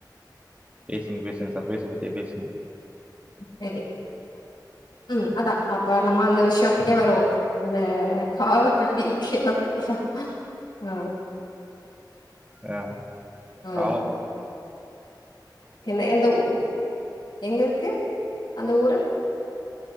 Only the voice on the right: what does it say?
பேசுங்க பேசுங்க சர்ப்ரைஸ பத்தியே பேசுங்க
ஆ
காளப்